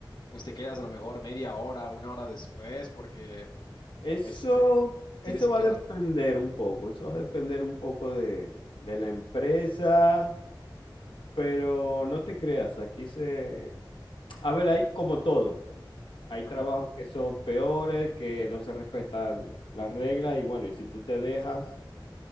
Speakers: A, on the left; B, on the left.
A: pues te quedas a lo mejor media hora, una hora después, porque
B: Eso,
A: este,
B: eso
A: tienes que
B: va
A: quedar.
B: a depender un poco, eso va a depender un poco de, de la empresa, pero no te creas, aquí se... A ver, hay como todo, hay
A: Ajá,
B: trabajos que son peores, que no se respetan las reglas y bueno, y si tú te dejas,